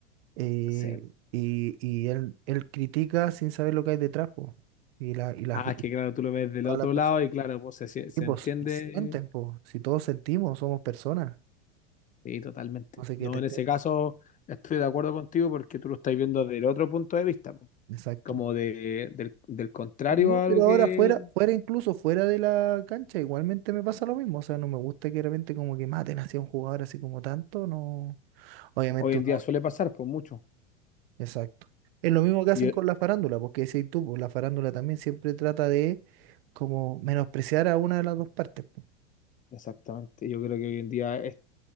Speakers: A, on the right (about 60°); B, on the left (about 25°).
A: eh,
B: se-
A: y, y él, él critica sin saber lo que hay detrás, po. Y, la, y, la,
B: ah,
A: y
B: es que claro, tú lo ves del
A: todas
B: otro
A: las personas,
B: lado y claro, pues se, sie- se
A: y, pues,
B: entiende.
A: y sienten, po. Si todos sentimos, somos personas.
B: Sí, totalmente.
A: No sé
B: No,
A: qué te esté.
B: en ese caso estoy de acuerdo contigo porque tú lo estás viendo desde el otro punto de vista, po.
A: Exacto.
B: como de, del, del contrario
A: No,
B: a
A: pero
B: lo
A: ahora
B: que
A: fuera, fuera incluso fuera de la cancha, igualmente me pasa lo mismo. O sea, no me gusta que de repente como que maten hacia un jugador así como tanto, no. Obviamente
B: hoy en
A: uno,
B: día suele pasar, pues mucho.
A: Exacto. Es lo mismo que hacen
B: Y yo-
A: con la farándula, porque decís tú, pues, la farándula también siempre trata de como menospreciar a una de las dos partes. po.
B: exactamente, yo creo que hoy en día es,